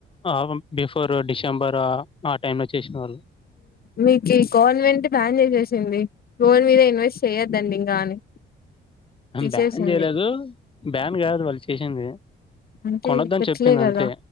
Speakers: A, on the left; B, on the left.
A: ఆ బిఫోర్ డిసెంబర్ ఆ టైమ్ లో చేసిన వాళ్ళు
B: మీకు ఈ గవర్నమెంట్ బ్యాన్ చేసేసింది గోల్డ్ మీద ఇన్వెస్ట్ చేయొద్దండి ఇంకా అని తీసేసింది
A: బ్యాన్ చేయలేదు బ్యాన్ కాదు వాళ్ళు చేసింది
B: అంటే
A: కొనొద్దని
B: పెట్టలే
A: చెప్పింది
B: కదా
A: అంతే